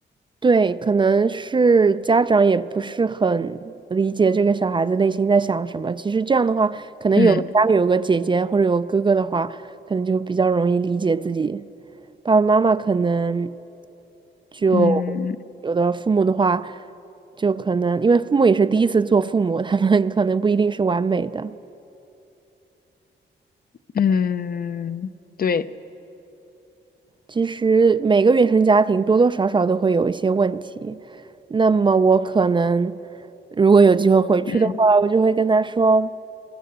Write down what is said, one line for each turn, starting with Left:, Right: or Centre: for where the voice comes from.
Right: 对，可能是家长也不是很理解这个小孩子内心在想什么。其实这样的话，可能有个家里有个姐姐或者有个哥哥的话，
Left: 嗯
Right: 可能就比较容易理解自己。爸爸妈妈可能就有的父母的话，
Left: 嗯
Right: 就可能因为父母也是第一次做父母，他们可能不一定是完美的。
Left: 嗯，对，
Right: 其实每个原生家庭多多少少都会有一些问题，那么我可能如果有机会回去的话，
Left: 嗯
Right: 我就会跟他说，